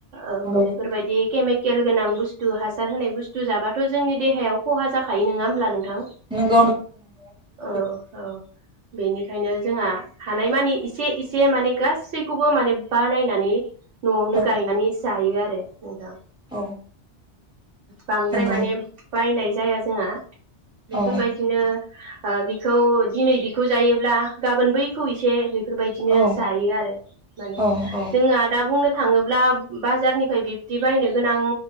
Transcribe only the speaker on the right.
औ
बेफोरबायदि
केेल गोन बुसथु तु हासार होनाय बुस्थु जाब्लााथ' जोंनि देहायाव खहा जाखायो नङा होमब्ला नोंथां थां
औ औ बेनिखायनो जोंहा हानायमानि इसे इसे माने गासैखौबो माने बानायनानै न'आवनो
गायनानै जायो आरो दे नोंथां
बांद्राय
माने बायनाय जाया जोंआ बेफोरबायदिनो
ओ बिखौ दिनै बिखौ जायोब्ला गाबोन बैखौ एसे बेफोरबायदिनो
जायो आरो माने
जोंहा दा बुंनो थाङोब्ला बाजारनिफ्राय बिब्दि बायनो गोनां